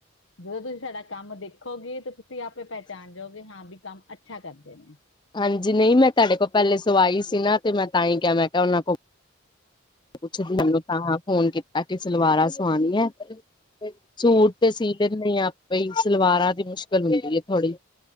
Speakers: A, on the left; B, on the left.
A: ਜਦੋਂ ਤੁਸੀਂ ਸਾਡਾ ਕੰਮ ਦੇਖੋਗੇ, ਤਾਂ ਤੁਸੀਂ ਆਪੇ ਪੈਹਚਾਨ ਜਾਓਗੇ ਹਾਂ ਵੀ ਕੰਮ ਅੱਛਾ ਕਰਦੇ ਨੇ।
B: ਹਾਂਜੀ, ਨਈ ਮੈਂ ਤੁਆਡੇ ਕੋਲ ਪੈਲੇ ਸਵਾਈ ਸੀ ਨਾ, ਤੇ ਮੈਂ ਤਾਂ ਈ ਕੇਆ ਮੈਂ ਕੇਆ ਓਨਾਂ ਕੋਲ ਪੁੱਛਦੀ ਆ ਮੈਂ ਤਾਂ,, ਫੋਨ ਕੀਤਾ ਕਿ ਸਲਵਾਰਾਂ ਸਵਾਨੀ ਐ। ਸੂਟ ਤੇ ਸੀ ਲੈਂਨੇ ਆ ਆਪੇ ਈ, ਸਲਵਾਰਾਂ ਦੀ ਮੁਸ਼ਕਲ ਹੁੰਦੀ ਏ ਥੋੜੀ।